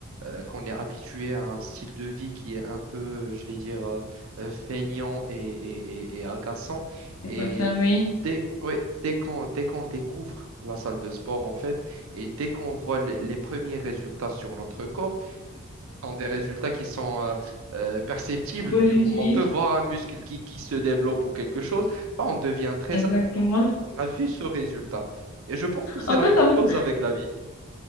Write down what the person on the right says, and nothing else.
euh, qu'on est habitué à un style de vie qui est un peu, je vais dire, euh, euh, feignant et, et, et et agaçant.
Et
Dès, ouais, dès qu'on dès qu'on découvre la salle de sport, en fait, et dès qu'on voit le- les premiers résultats sur notre corps, ce sont des résultats qui sont euh, euh, perceptibles.
Du coup, on peut voir un muscle qui, qui se développe ou quelque chose. Bah, on devient très
apte. On a vu ce résultat. Et je pense que c'est
la
même
chose avec la vie.